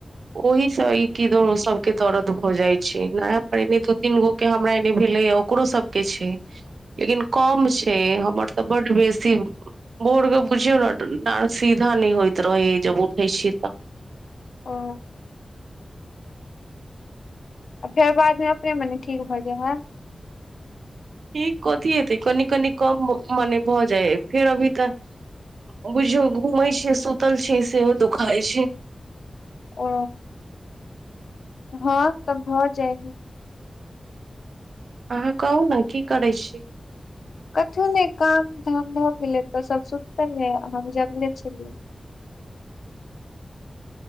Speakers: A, on the right; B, on the left.
A: ओहिसँ ई कि दुरो सबके दर्द भऽ जाइ छै नया पर एने दू तीन गो के हमरा एने भेलैया ओकरो सबके छै लेकिन कम छै हमर तऽ बड बेसी भोर क बुझियौ न डाढ सीधा नै होइत रहै है जब उठै छी तऽ
B: ओ आ फेर बादमे अपने मने ठीक भऽ जाय है
A: ठीक कथी हेतै कनि कनि कम मने भऽ जाय है फेर अभी तऽ बुझियौ घूमै छियै सुतल छियै सेहो दुखाय छै
B: ओ हँ त भऽ जाए ह
A: अहाँ कहू ने की करै छी
B: कथु नै काम धाम भऽ गेलै त सब सुत है हम जगले छलियै